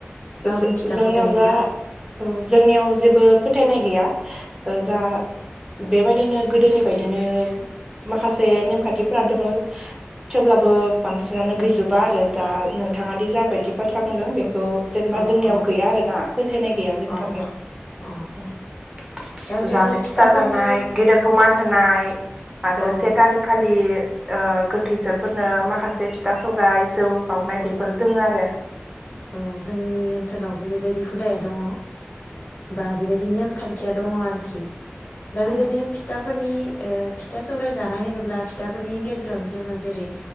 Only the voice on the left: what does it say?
लावदुम
फिथाखौ
जायोब्ला
अ
अ
अ
अ
दा बेबायदिनो
फिथाफोरनि
औ
औ
औ जोंनि ओनसोलावबो बेबायदि हुदाया दङ'। बा बेबायदि नेम खान्थिया दङ आरोखि। दा
बेबायदिनो फिथाफोरनि ओ फिथा सौराय जानाय होनोब्ला फिथाफोरनि गेजेरावनो जोङो जेरै